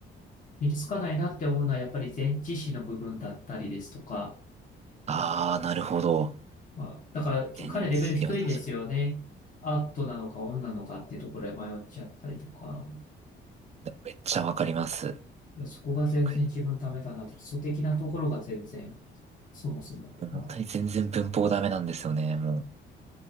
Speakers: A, on the left; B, on the right.
A: 身につかないなって思うのは、やっぱり前置詞の部分だったりですとか、
B: ああ、なるほど。
A: まあ、だからき彼レベル低いんですよね。
B: 全然、は確か
A: アットなのかオンなのかっていうところで迷っちゃったりとか、
B: に。でもめっちゃわかります。
A: いやそこが全然自分ダメだなって、
B: 僕
A: 基礎的なところが全然。そうそう。
B: もう本当に全然文法ダメなんですよね。
A: まだ、
B: もう、